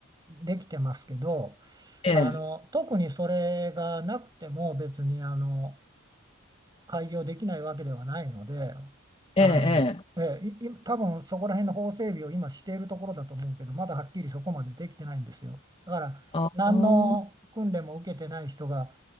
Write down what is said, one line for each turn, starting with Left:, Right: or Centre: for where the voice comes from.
Right: できてますけど
Left: ええ、
Right: あの特にそれがなくても別にあの開業できないわけではないのであの、
Left: ええ、ええ、
Right: えーいい多分そこら辺の法整備を今しているところだと思うけどまだはっきりそこまでできてないんですよ。だから何の訓練も受けてない人が
Left: ああ、